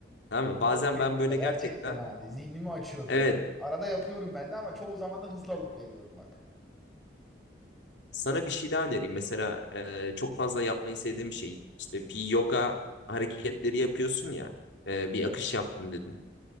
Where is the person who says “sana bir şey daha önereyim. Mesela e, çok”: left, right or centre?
Left